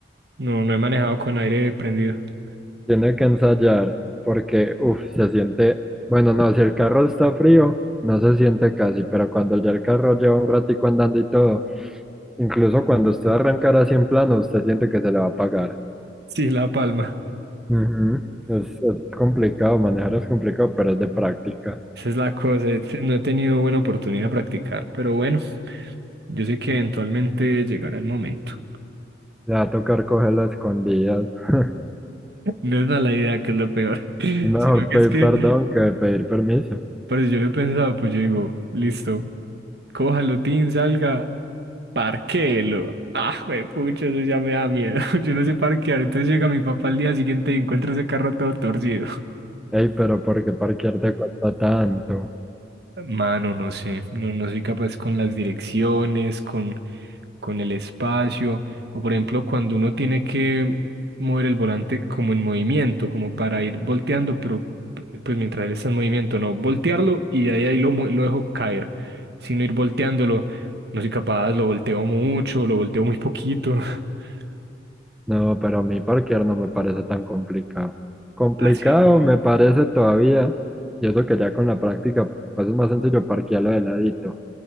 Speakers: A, on the right (about 60°); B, in the centre.
A: No, no he manejado con aire prendido. <laughs>
B: Tiene que ensayar porque, uff, se siente, bueno, no, si el carro está frío, no se siente casi, pero cuando ya el carro lleva un ratico andando y todo, incluso cuando usted arrancar así en plano, usted siente que se le va a apagar.
A: Sí, la palma.
B: Ujú. Es, es complicado, manejar es complicado, pero es de práctica.
A: Esa es la cosa. este, No he tenido buena oportunidad de practicar, pero bueno, yo sé que eventualmente llegará el momento.
B: Le va a tocar cogerlo a escondidas. <laughs>
A: <laughs> No es mala idea, que es lo peor. <laughs> Sino
B: Mejor
A: que
B: pedir
A: es que,
B: perdón que pedir permiso.
A: por eso yo lo he pensado, pues yo digo, listo, cójalo, Tin, salga, parquéelo. <laughs> Ah, pucha, eso ya me da miedo. <laughs> Yo no sé parquear. Entonces llega mi papá al día siguiente y encuentro ese carro todo torcido.
B: Ey, pero ¿por qué parquear te cuesta tanto?
A: Mano, no sé, no, no soy capaz con las direcciones, con, con el espacio, o por ejemplo, cuando uno tiene que mover el volante como en movimiento, como para ir volteando, pero p- pues mientras él está en movimiento, no voltearlo y de ahí, ahí lo, mue- lo dejo caer, sino ir volteándolo, no soy capaz, lo volteo mucho, lo volteo muy poquito. <laughs>
B: No, pero a mí parquear no me parece tan complicado. Complicado
A: Parce,
B: me parece todavía, y eso que ya con la práctica, pues es más sencillo parquearlo de ladito,